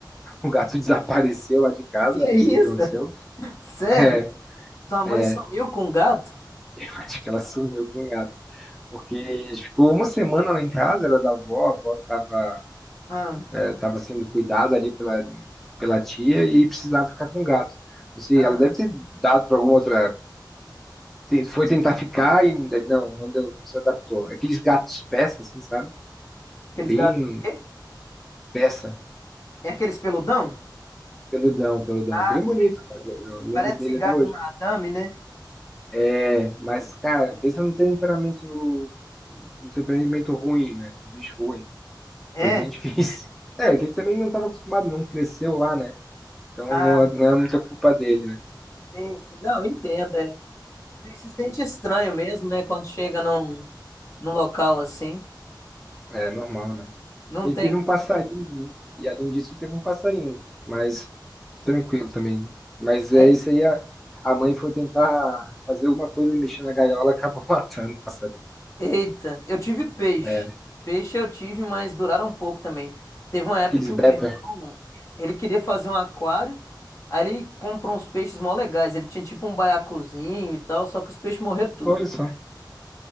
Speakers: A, in the centre; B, on the left.
A: o gato <laughs> desapareceu lá de casa,
B: Que
A: não
B: isso?
A: sei o que aconteceu.
B: Sério?
A: É,
B: Sua mãe
A: é,
B: sumiu com um gato?
A: eu acho que ela sumiu com o gato. Porque ficou uma semana lá em casa, era da avó, a avó tava
B: Ah,
A: estava sendo cuidada ali pela, pela tia e precisava ficar com o gato. Não sei,
B: ah.
A: ela deve ter dado para alguma outra. tem- Foi tentar ficar e não, não deu, não se adaptou. Aqueles gatos peça, assim, sabe?
B: Aqueles
A: Bem
B: gatos são o quê?
A: peça,
B: É aqueles peludão?
A: peludão, peludão,
B: Ah,
A: bem
B: sei.
A: bonito, cara. Eu, eu lembro
B: Parece
A: dele
B: gato
A: até hoje.
B: de madame, né?
A: É, mas, cara, pensa num temperamento, um temperamento ruim, né? Um bicho ruim.
B: É.
A: Foi bem difícil. <laughs> É, que ele também não estava acostumado, não cresceu lá, né? Então
B: Ah,
A: não, é- não é muita culpa dele, né?
B: sim. sim. Não, entendo. É. E Se sente estranho mesmo, né? Quando chega num, num local assim.
A: É normal, né?
B: Não
A: Ele
B: tem.
A: teve um passarinho, né? E além disso, teve um passarinho, mas tranquilo também. Mas é
B: né?
A: isso aí, a, a mãe foi tentar fazer alguma coisa e mexer na gaiola, acabou <laughs> matando o passarinho.
B: Eita, eu tive peixe.
A: É, né?
B: Peixe eu tive, mas duraram um pouco também. Teve uma época
A: Aqueles
B: que
A: beta.
B: meu irmão, ele queria fazer um aquário, aí ele comprou uns peixes mó legais. Ele tinha tipo um baiacuzinho e tal, só que os peixes morreram tudo.
A: Olha só.